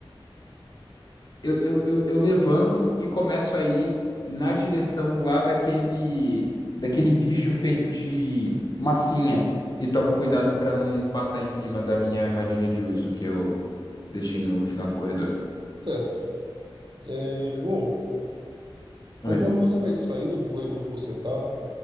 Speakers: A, on the left; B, on the right.
A: eu, eu, eu, eu levanto e começo a ir na direção lá daquele, daquele bicho feito de massinha. E tomo cuidado pra não passar em cima da minha armadilha de urso que eu deixei no final do corredor.
B: Certo. É, João, conforme
A: Oi.
B: você vai saindo do corredor que você tá,